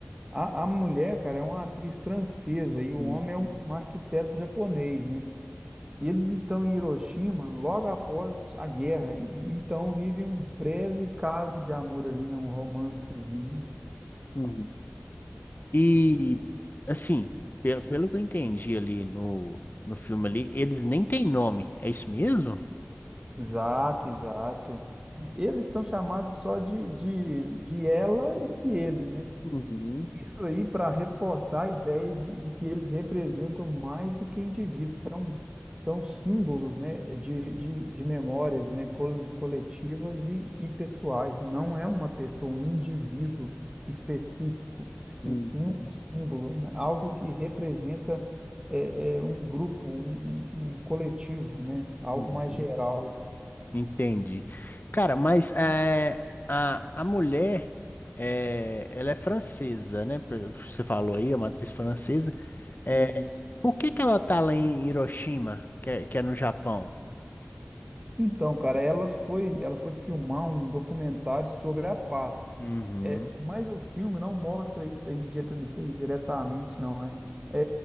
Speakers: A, on the right; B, on the left.
A: A, a mulher, cara, é uma atriz francesa e o
B: uhum,
A: homem é um, um arquiteto japonês, né? E Eles estão em Hiroshima logo após a guerra, e- então vivem um breve caso de amor ali, né? Um romancezinho.
B: uhum. E, assim, pelo, pelo que eu entendi ali no, no filme ali, eles nem têm nome. É isso mesmo?
A: Exato, exato. Eles são chamados só de, de, de ela e ele, né?
B: Uhum,
A: Isso aí para reforçar a ideia de, de que eles representam mais do que indivíduos, são, são símbolos, né, de, de, de memórias, né, col- coletivas e, e pessoais. Não é uma pessoa, um indivíduo específico,
B: uhum,
A: e sim um símbolo, né? Algo que representa é, é, um grupo, um, um um coletivo, né? Algo
B: uhum.
A: mais geral.
B: Entendi. Cara, mas é, a, a mulher, é, ela é francesa, né? Pelo que Você falou aí, é uma atriz francesa. É,
A: Isso.
B: por que que ela tá lá em Hiroshima, que é, que é no Japão?
A: Então, cara, ela foi, ela foi filmar um documentário sobre a paz.
B: Uhum.
A: É, mas o filme não mostra isso aí, dire- isso aí diretamente, não. É, é,